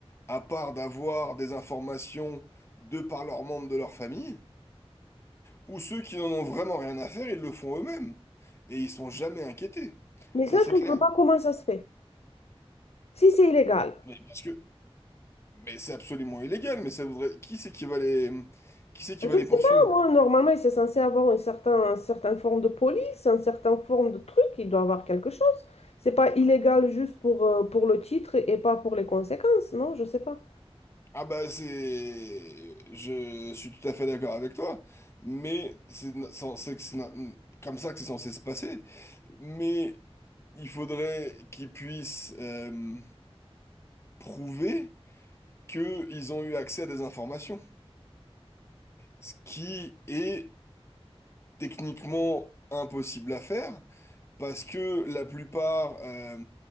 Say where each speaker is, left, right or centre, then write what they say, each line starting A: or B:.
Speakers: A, on the left (about 25°); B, on the left (about 80°).
A: à part d'avoir des informations de par leurs membres de leur famille, ou ceux qui n'en ont vraiment rien à faire, ils le font eux-mêmes. Et ils sont jamais inquiétés.
B: Mais
A: Ça,
B: ça,
A: c'est
B: je comprends
A: clair.
B: pas comment ça se fait. Si c'est illégal,
A: Mais parce que, mais c'est absolument illégal, mais ça voudrait... Qui c'est qui va les... Qui c'est qui
B: Je
A: va les
B: ne sais
A: poursuivre?
B: pas, moi, normalement, c'est censé avoir une certain, une certaine forme de police, une certaine forme de truc, il doit avoir quelque chose. C'est pas illégal juste pour, euh, pour le titre et pas pour les conséquences, non? Je sais pas.
A: Ah bah c'est... Je suis tout à fait d'accord avec toi, mais c'est c'est- c'est- que c'est comme ça que c'est censé se passer. Mais il faudrait qu'ils puissent euh, prouver qu'ils ont eu accès à des informations. Ce qui est techniquement impossible à faire, parce que la plupart, euh,